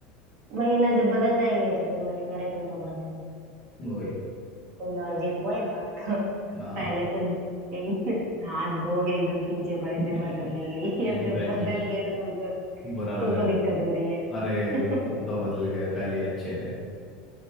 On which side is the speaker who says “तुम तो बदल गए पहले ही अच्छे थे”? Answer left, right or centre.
Left